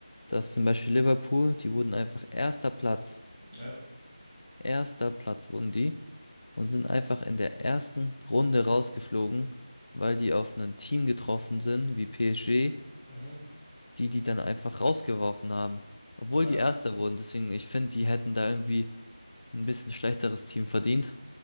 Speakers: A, on the left; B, in the centre.
A: dass zum Beispiel Liverpool, die wurden einfach erster Platz,
B: ja,
A: erster Platz wurden die. und sind einfach in der ersten Runde rausgeflogen, weil die auf ein Team getroffen sind, wie PSG,
B: mhm,
A: die die dann einfach rausgeworfen haben, obwohl
B: ja,
A: die Erster wurden. Deswegen, ich finde, die hätten da irgendwie ein bisschen schlechteres Team verdient.